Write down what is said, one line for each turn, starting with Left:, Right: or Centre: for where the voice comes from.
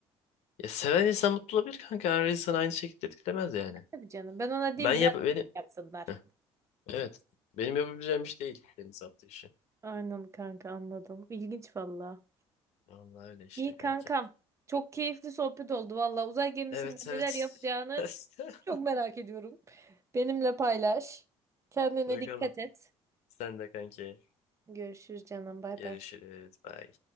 Left: Ya seven insan mutlu olabilir kanka. Her insan aynı şekilde etkilemez yani.
Right: Tabii canım. Ben ona
Left: Ben
Right: diyeyim
Left: yap
Right: biraz
Left: benim
Right: yapsınlar.
Left: Heh, evet. Benim yapabileceğim iş değil deniz altı işi.
Right: Aynen kanka anladım. İlginç valla.
Left: Vallahi öyle işte
Right: İyi
Left: kanki.
Right: kankam. Çok keyifli sohbet oldu valla. Uzay gemisinde
Left: Evet evet.
Right: neler yapacağını
Left: <laughs>
Right: çok merak ediyorum. Benimle paylaş. Kendine
Left: Bakalım.
Right: dikkat et.
Left: Sen de kanki.
Right: Görüşürüz canım. Bay
Left: Görüşürüz.
Right: bay.
Left: Bye.